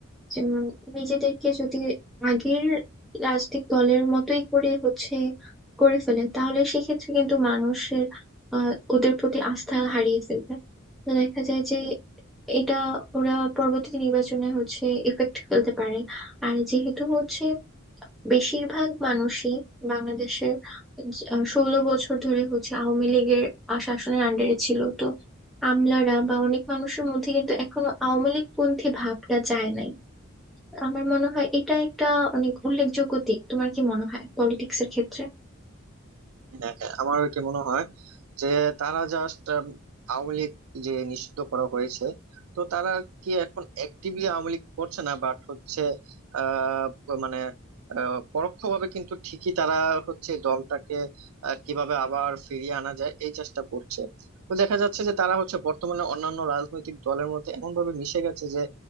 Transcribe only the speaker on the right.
হ্যাঁ হ্যাঁ আমার কি মনে হয় যে তারা জাস্ট আওয়ামী লীগ যে নিষিদ্ধ করা হয়েছে তো তারা কি এখন অ্যাক্টিভলি আওয়ামী লীগ করছে না বাট হচ্ছে আহ মানে আহ, পরোক্ষভাবে কিন্তু ঠিকই তারা হচ্ছে দলটাকে আহ, কিভাবে আবার ফিরিয়ে আনা যায় এই চেষ্টা করছে তো দেখা যাচ্ছে যে তারা হচ্ছে বর্তমানে অন্যান্য রাজনৈতিক দলের মধ্যে এমন ভাবে মিশে গেছে যে